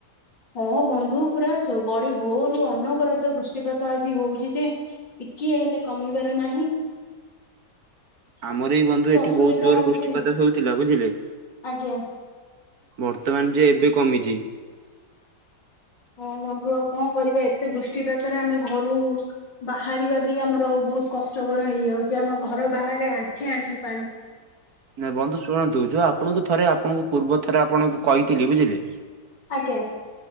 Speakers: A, on the left (about 85°); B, on the right (about 60°).
A: ହଁ ବନ୍ଧୁ ପୁରା ବଡି ଭୋରୁୁ ଅନବରତ ବୃଷ୍ଟିପାତ ଆଜି ହଉଛି ଯେ ଟିକିଏ ହେଲେ କମିବାର ନାହିଁ।
B: ଆମର ଏଇ ବନ୍ଧୁ ଏଠି
A: ଅସୁବିଧା
B: ବହୁତ ଜୋର
A: ହଉଛି
B: ବୃଷ୍ଟିପାତ ହେଉଥିଲା ବୁଝିଲେ।
A: ଆଜ୍ଞା।
B: ବର୍ତ୍ତମାନ ଯେ ଏବେ କମିଛି।
A: ହଁ ବନ୍ଧୁ ଆଉ କଣ କରିବା ଏତେ ବୃଷ୍ଟିପାତରେ ଆମେ ଘରୁ ବାହାରିବା ବି ଆମର ବହୁତ କଷ୍ଟକର ହେଇଯାଉଛି। ଆମ ଘର ବାହାରେ ଆଣ୍ଠେ ଆଣ୍ଠେ ପାଣି। ହଁ।
B: ନାଇଁ ବନ୍ଧୁ ଶୁଣନ୍ତୁ ଯୋଉ ଆପଣଙ୍କୁ ଥରେ ଆପଣଙ୍କୁ ପୂର୍ବ ଥରେ ଆପଣଙ୍କୁ କହିଥିଲି ବୁଝିଲେ!
A: ଆଜ୍ଞା।